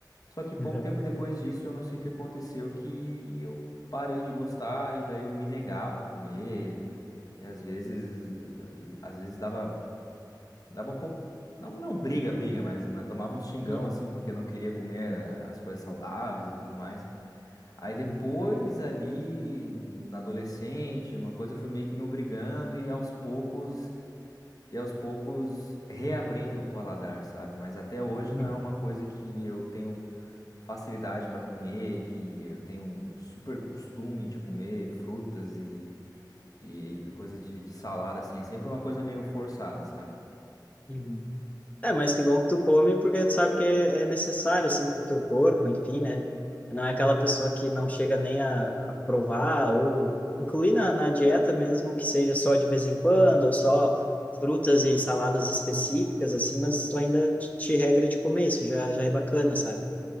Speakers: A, on the left; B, on the left.
A: Só que pouco
B: uhum,
A: tempo depois disso, eu não sei o que aconteceu, que eu parei de gostar e daí eu me negava a comer. E às vezes, às vezes dava, dava um pouco, não, não briga, briga, mas, mas tomava um xingão
B: uhum,
A: assim, porque não queria comer as coisas saudáveis e tudo mais. Aí depois
B: uhum,
A: ali, na adolescente, uma coisa eu fui meio que me obrigando e aos poucos, e aos poucos reabrindo o paladar, sabe? Mas até hoje
B: uhum.
A: não é uma coisa que eu tenho facilidade para comer, que eu tenho um super costume de comer frutas e e coisa de, de salário, assim, é sempre uma coisa meio forçada, sabe?
B: Uhum. É, mas que bom que tu come, porque tu sabe que é é necessário, assim, pro teu corpo, enfim, né? Não é aquela pessoa que não chega nem a, a provar ou incluir na, na dieta mesmo que seja só de vez em quando ou só frutas e saladas específicas, assim, mas tu ainda te te regra de comer isso, já, já é bacana, sabe?